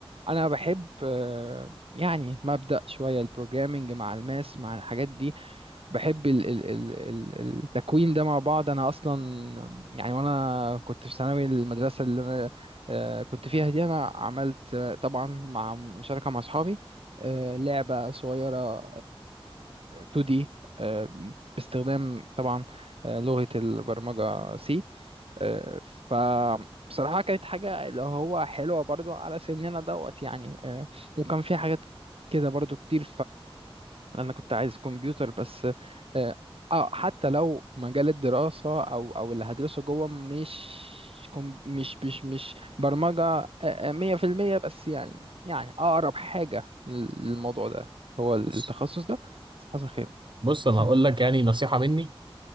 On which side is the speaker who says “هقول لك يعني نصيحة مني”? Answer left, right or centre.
Right